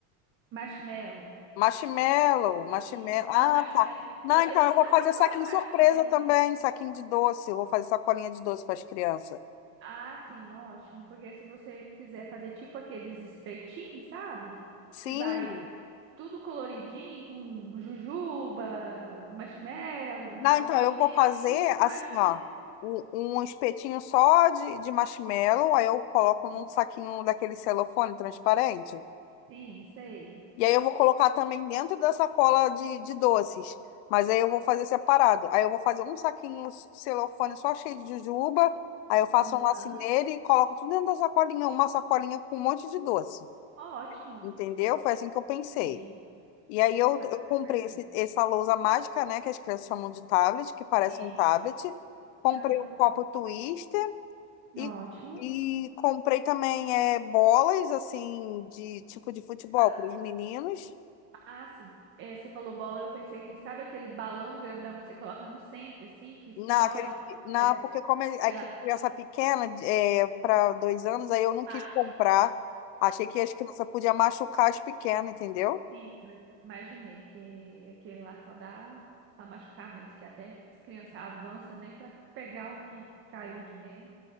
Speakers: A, on the right; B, on the left.
A: Marshmallow.
B: Marshmallow, marshmallow.
A: Isso, eu tenho
B: Ah,
A: uns marshmallow.
B: tá. Não,
A: Eu
B: então
A: tenho uns
B: eu
A: quatro
B: vou fazer
A: pacotes
B: saquinho
A: de marshmallow
B: surpresa
A: aqui.
B: também, saquinho de doce. Eu vou fazer sacolinha de doce para as crianças.
A: Ah, sim, ótimo. Porque se você quiser fazer tipo aqueles espetinhos, sabe?
B: Sim.
A: Que vai tudo coloridinho, com jujuba, marshmallow.
B: Não,
A: Então
B: então
A: eu
B: eu
A: tenho
B: vou fazer
A: aqui uns
B: assim,
A: marshmallows.
B: ó, um, um espetinho só de, de marshmallow, aí eu coloco
A: Uhum.
B: num saquinho daquele celofane transparente.
A: Sim, sei.
B: E aí eu vou colocar também dentro da sacola de, de doces, mas aí eu vou fazer separado. Aí eu vou fazer um saquinho celofane só cheio de jujuba, aí eu faço
A: Aham.
B: um lacinho nele e coloco tudo dentro da sacolinha, uma sacolinha com um monte de doce.
A: Ótimo.
B: Entendeu? Foi assim que eu pensei.
A: Sim,
B: E aí eu,
A: vai
B: eu
A: ficar
B: comprei
A: perfeito.
B: esse- essa lousa mágica, né, que as crianças chamam de tablet, que parece
A: Sim,
B: um tablet. Comprei
A: aham.
B: o copo Twister e,
A: Ótimo.
B: e comprei também é, bolas, assim, de tipo de futebol
A: Ah,
B: para os meninos.
A: ah, sim. É, você falou bola, eu pensei que sabe aquele balão grandão que você coloca no centro, assim, que estoura,
B: Na, aquele-
A: que,
B: na,
A: sei
B: porque como é- a criança
A: lá,
B: pequena, é, para dois anos, aí eu não
A: acho.
B: quis comprar. Achei que as crianças podiam machucar as pequenas, entendeu?
A: Sim, eu imaginei que aquele lá só dá para machucar mesmo, que até as crianças avançam nem para pegar o que caiu de dentro.